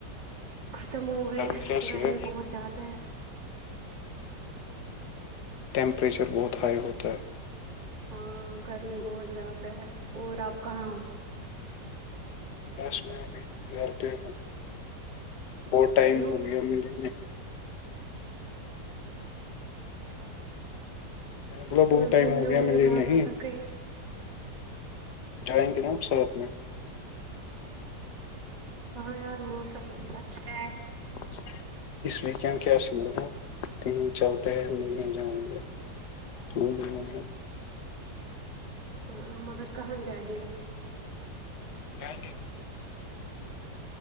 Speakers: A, on the right; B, on the left.
A: ختم ہو گئے
B: گرمی کیسی
A: گرمی
B: ہے
A: بہت زیادہ ہے
B: ٹیمپریچر بہت ہائی ہوتا ہے
A: ہاں گرمی بہت زیادہ ہے اور آپ کہاں ہو
B: بس میں ابھی گھر پ ہوں بہت ٹائم
A: کیوں
B: ہو گیا میرے
A: اچھا
B: میں نے بولا بہت
A: اور
B: ٹائم
A: گھومنے
B: ہو گیا
A: وومنے
B: ملے
A: جانا
B: نہیں
A: تھا کہیں
B: جائیں گے نپ سورت میں
A: ہاں یار موسم بہت اچھا ہے
B: اچ اس ویکینڈ کیاصل ہے کہیں چلتے ہیں گھونے جائیں گے گھومنے وومنے
A: ہاں مگر کہاں جائیں گے
B: ڈیک